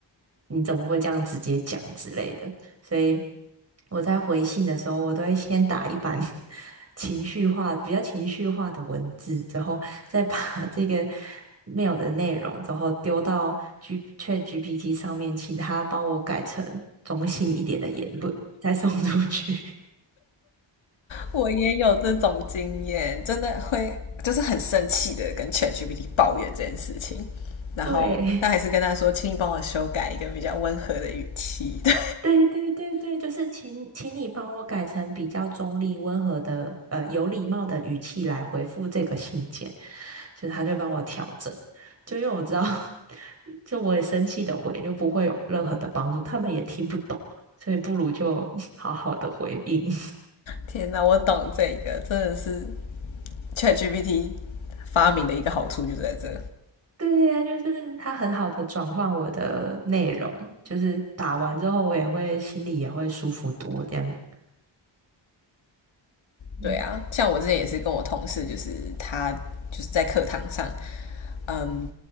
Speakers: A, on the right; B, on the left.
A: 你怎么会这样直接讲之类的。所以我在回信的时候，我都会先打一版 <laughs> 情绪化、比较情绪化的文字，之后再把 <laughs> 这个 mail 的内容，之后丢到 G ChatGPT 上面，请他帮我改成中性一点的言论，再送出去。
B: 我也有这种经验，真的会就是很生气的跟 ChatGPT 抱怨这件事情，
A: <laughs>
B: 然后但还是跟他说，
A: 对，
B: 请你帮我修改一个比较温和的语气。<laughs> 对，
A: 对对对对，就是请请你帮我改成比较中立、温和的，呃，有礼貌的语气来回复这个信件，就是他就帮我调整，就因为我知道，<laughs> 就我也生气的回，就不会有任何的帮助，他们也听不懂，所以不如就 <laughs> 好好的回应。
B: 天哪，我懂这个，真的是 ChatGPT 发明的一个好处就在这。
A: <laughs> 对呀，就是他很好的转换我的内容，就是打完之后我也会心里也会舒服多这样。
B: 对啊，
A: 嗯
B: 像我之前也是跟我同事，就是他就是在课堂上，嗯，